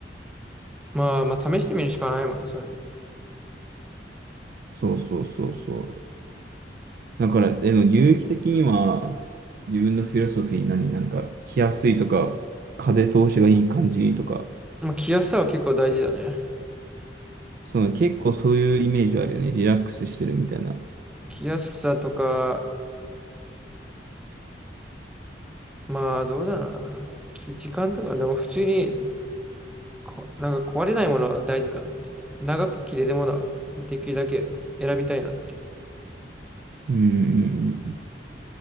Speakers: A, in the centre; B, on the right.
A: まあまあ試してみるしかないもんね、それ。
B: そうそうそうそう。だから、でも有益的には自分のフィロソフィー何、なんか着やすいとか、風通しがいい感じとか、
A: まあ、着やすさは結構大事だね。
B: その結構そういうイメージはあるよね。リラックスしてるみたいな。
A: 着やすさとか、まあ、どうだろうな。き時間とか、でも普通にこ、なんか壊れないものは大事かなっていう。長く着れるものはできるだけ選びたいなってい
B: うんうんうん。